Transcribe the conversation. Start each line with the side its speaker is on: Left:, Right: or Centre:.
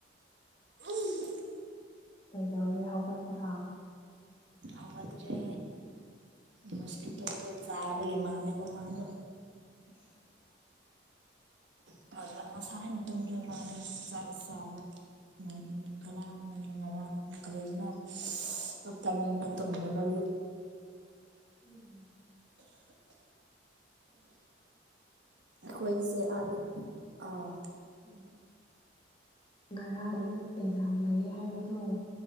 Right: ꯎ <unintelligible>
Left: ꯀꯩꯗꯧꯔꯦ ꯍꯥꯎꯒꯠꯄꯔꯥ
Right: ꯍꯧꯒꯠꯇ꯭ꯔꯦ ꯃꯣꯁꯀꯤꯇꯣ ꯑꯗꯨ ꯆꯥꯕꯒꯤ ꯃꯥꯅꯦꯕ ꯃꯥꯗꯣ
Left: <unintelligible> <inaudible>
Right: <unintelligible> ꯉꯁꯥꯏꯅ ꯇꯨꯝꯗꯔ꯭ꯤꯕꯥ ꯃꯜꯂꯦ ꯆꯥꯛ ꯆꯕꯒꯤ ꯎꯝ <unintelligible> <unintelligible> ꯀꯔꯤꯒꯤꯅꯣ ꯍꯞꯇꯥ ꯃꯤꯅ ꯇꯨꯝꯗꯕꯒꯤ
Left: <unintelligible> <inaudible>
Right: ꯑꯩꯈꯣꯏꯁꯦ ꯑꯥꯗ ꯑꯥꯎ
Left: ꯎꯝ ꯉꯔꯥꯡ ꯑꯦꯛꯖꯥꯝ ꯂꯩ ꯍꯥꯏꯕꯗꯨꯣ